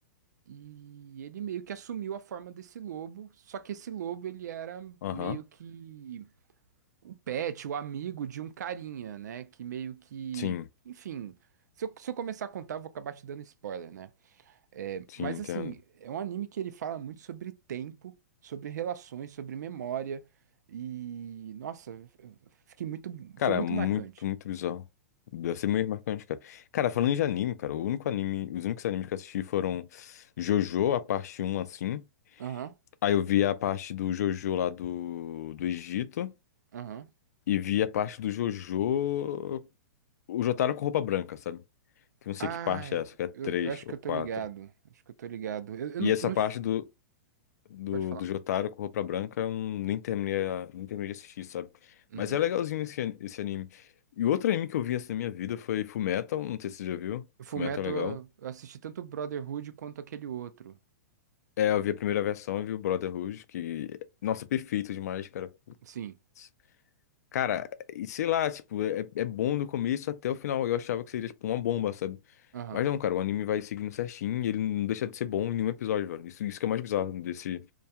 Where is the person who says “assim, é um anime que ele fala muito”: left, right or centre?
Right